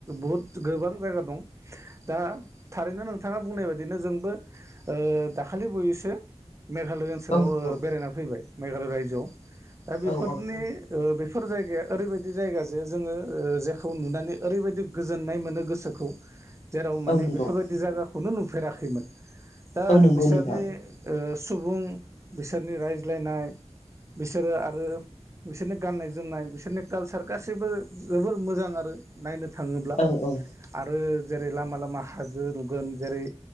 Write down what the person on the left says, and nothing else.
औ नंगौ
औ औ
औ नंगौ
औ नंगौ
नोंथां
औ औ।